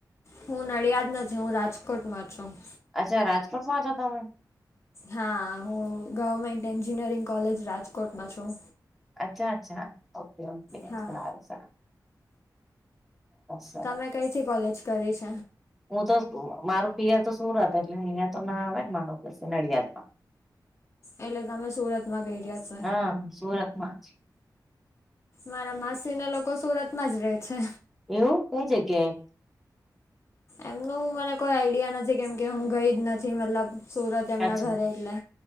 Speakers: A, on the left; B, in the centre.
A: હું નડિયાદ નથી, હું રાજકોટમાં છું.
B: અચ્છા રાજકોટમાં છો તમે
A: હા હું ગવર્મેન્ટ એન્જિનિયરિંગ કોલેજ રાજકોટમાં છું.
B: અચ્છા અચ્છા ઓકે ઓકે
A: હા
B: સારું સારું સરસ
A: તમે કઈથી કોલેજ કરી છે.
B: હું તો મારું પિયર તો સુરત એટલે અહિયાં તો ના આવે ને મારું <unintelligible> નડિયાદ માં
A: એટલે તમે સુરત માં ગઈ રહ્યા <unintelligible>
B: હા સુરતમાં જ.
A: મારા માસી ના લોકો સુરતમાં જ રહે છે.
B: એવું કઈ જગ્યાએ?
A: એમનું મને કોઈ આઈડિયા નથી કેમ કે હું ગઈ જ નથી મતલબ સુરત એમના
B: અચ્છા
A: ઘરે એટલે